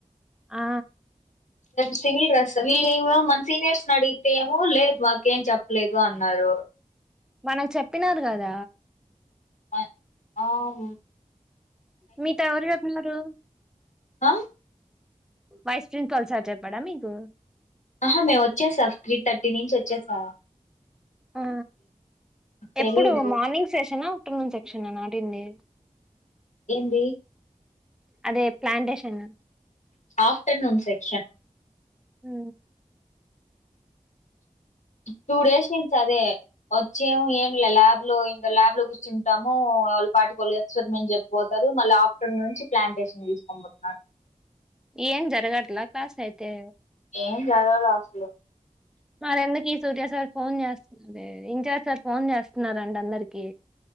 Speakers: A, in the centre; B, on the left.
A: ఆ
B: సింగిల్ డ్రెస్ వీళ్ళివో ఏమో మన సినియర్స్ నడిగితేమో లేద్ మకేం చెప్ప్లేదు అన్నారు.
A: మనగ్ చెప్పినార్ గదా.
B: మాయ ఆమ్
A: మీతో ఎవ్రు ఎప్పినరూ?
B: అ
A: వైస్ ప్రిన్ కల్సార్ చెప్పాడా మీకు?
B: ఆహా మేమొచ్చేసా త్రీ థర్టీ నించి ఒచ్చేసా
A: ఆ
B: తెలీదు
A: ఎప్పుడు మార్నింగ్ సెషన? టూ ఇంసెక్షన్ నా నాటింది
B: ఎందీ
A: అదే ప్లాండేషను
B: ఆఫ్టర్నూన్ సెక్షన్
A: మ్
B: టూ డేస్ నించదే ఒచ్చేమో ఏం లా లాబ్ లో ఇంగా లాబ్లో గుచ్చుంటాము. ఓల్ పాటి కొల్ ఎక్స్పెరిమెంట్ జెప్పోతారు. మల్లాఫ్టర్నూన్ నుంచి ప్లాంటేషన్ దీస్కోన్ఫోత్నారు.
A: ఏం జరగట్ల క్లాసైతే
B: ఏం జారగలా అసలు
A: మరెందుకు ఈ సూర్య సార్ ఫోన్ జేస్త్ దా ఇన్ఛార్ సార్ ఫోన్ చేస్తన్నారంట అందరికీ